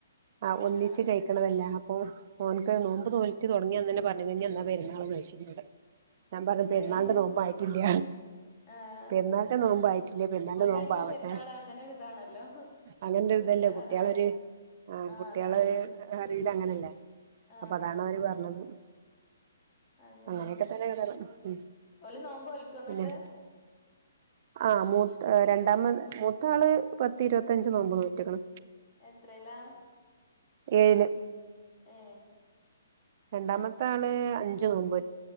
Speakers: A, on the right; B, on the left.
A: ആ ഒന്നിച്ച്
B: ആഹ്
A: കഴ ല്ല അപ്പൊ ഓനക്ക് നോമ്പ് നോറ്റു തുടങ്ങിയ അന്ന് തന്നെ പറഞ്ഞു കഴിഞ്ഞ എന്നാ പെരുന്നാൾ ആ ഘോഷിക്കുന്നത്. ഞാൻ പറഞ്ഞുപെരുന്നാളിന്റെനോമ്പ്
B: ഏഹ്
A: ആയിട്ടില്ല.
B: ആഹ്
A: പെരുന്നാളിന്റെനോമ്പ് ആയിട്ടില്ല. പെരുന്നാളിന്റെ നോമ്പ്
B: കഴിഞ്ഞാ
A: ആവട്ടെ
B: പെരുന്നാള് അങ്ങനെ ഒരിതാണല്ലോ
A: അങ്ങനെ ഒരു
B: കുട്ടിയ
A: ഇതല്ലേ കുട്ടികളൊരു
B: ആഹ്
A: ആ
B: ആഹ്
A: കുട്ടികള്
B: അതാണ്
A: കറിയിൽ അങ്ങനെയല്ലേ?
B: ആഹ്
A: അപ്പൊ അതാണ് അവര് പറഞ്ഞത്.
B: അങ്ങനെ
A: അങ്ങനെയൊക്കെ തന്നെ
B: ആ
A: കഥകള് ഉം
B: ഓല് നോമ്പ് നോൽക്കുവോ അന്നിട്ട്?
A: പിന്നെ ആ മൂത്ത രണ്ടാമത് മൂത്താള് പത്തി ഇരുപത്തഞ്ച് നോമ്പ് നോറ്റെക്കണു.
B: എത്രയിലാ?
A: ഏഴില്
B: ആ
A: രണ്ടാമത്തെ ആള് അഞ്ച് നോമ്പ് വെ